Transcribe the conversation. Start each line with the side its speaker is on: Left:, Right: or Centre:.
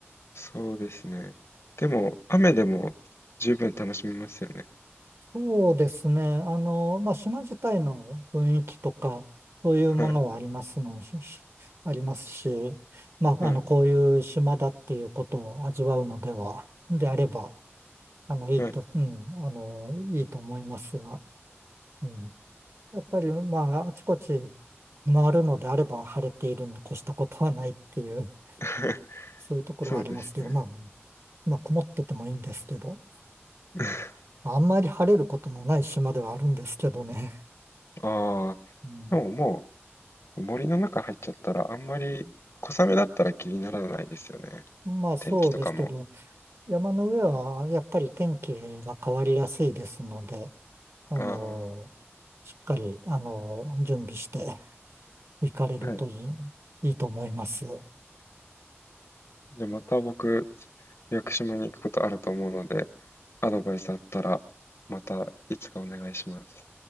Left: そうですね。でも、雨でも十分楽しみますよね。
Right: そうですね。あの、まあ、島自体の雰囲気とか、そういうものはありますの、
Left: はい。
Right: しし <laughs> ありますし、まあ、
Left: はい。
Right: あの、こういう島だっていうことを味わうのでは、であれば、あの、いいと、
Left: はい。
Right: うん、あの、いいと思いますが、うん。やっぱり、まあ、あちこち回るのであれば、晴れているに越したことはないっていう、<laughs>
Left: <laughs>
Right: そういうところはありますけど、
Left: そうですね。
Right: まあ、まあ、曇っててもいいんですけど、
Left: <laughs>
Right: あんまり晴れることのない島ではあるんですけどね。
Left: ああ、
Right: うん
Left: でももう森の中入っちゃったら、あんまり小雨だったら気にならないですよね。
Right: まあそうですけど、
Left: 天気とかも。
Right: 山の上はやっぱり天気が変わりやすいですので、あの、
Left: あ
Right: しっかり、あの、準備して行かれるとい
Left: あ、はい。
Right: い、いいと思います。
Left: じゃあまた僕、屋久島に行くことあると思うので、アドバイスあったら、またいつかお願いします。